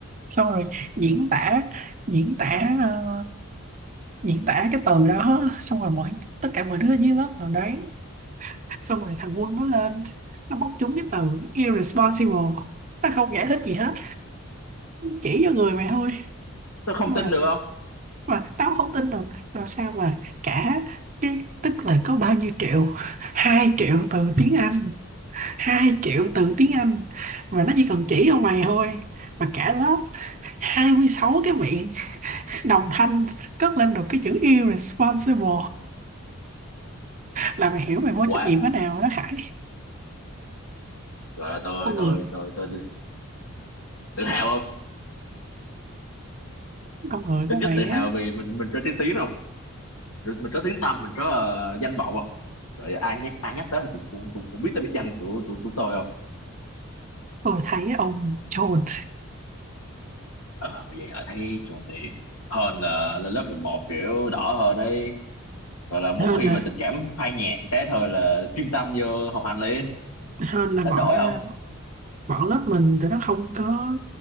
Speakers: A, on the right (about 35°); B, on the left (about 80°).
A: xong rồi diễn tả diễn tả ờ, diễn tả cái từ đó xong rồi mọi tất cả mọi đứa dưới lớp nào đoán xong rồi thằng Quân nó lên nó bóc trúng cái từ irresponsible nó không giải thích gì hết chỉ cho người mày thôi
B: tôi không
A: mà
B: tin được không
A: mà tao không tin được rồi sao mà cả cái tức là có bao nhiêu triệu hai triệu từ tiếng Anh hai triệu từ tiếng Anh mà nó chỉ cần chỉ cho mày thôi mà cả lớp 26 cái miệng đồng thanh cất lên được cái chữ irresponsible là mày hiểu mày vô
B: quá
A: trách nhiệm cái nào rồi đó Khải
B: rồi tôi
A: con
B: tôi
A: người
B: tôi tôi tự hào không
A: con người
B: ít
A: của
B: nhất
A: mày
B: tự hào
A: á
B: vì mình mình có trí tiếng không Rồi mình có tiếng tăm mình có ờ, danh vọng không rồi ai nhắc ai nhắc tới thì cũng cũng cũng cũng biết tới biệt danh của của, của tôi không
A: tôi thấy ông chồn
B: ờ mà vậy là thấy chuẩn thì hơn là lên lớp 11 kiểu đỏ hơn ấy gọi là một
A: hơn
B: khi
A: là
B: mà tình cảm phai nhạt cái thôi là chuyên tâm vô học hành liền
A: hơn là
B: đánh
A: bọn
B: đổi
A: ờ,
B: không
A: bọn lớp mình tụi nó không có